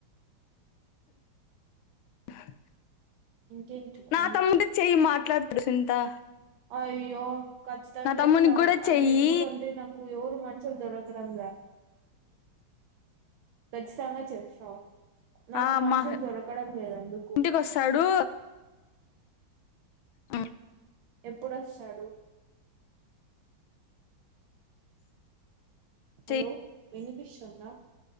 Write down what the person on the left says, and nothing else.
<inaudible>
నా తమ్ముడికి చెయ్యి మాట్లాడతాడు సునీతా.
తమ్మునికి
కూడా చెయ్యి
ఆ
మా
ఇంటికి వస్తాడు మ్
చెయ్యి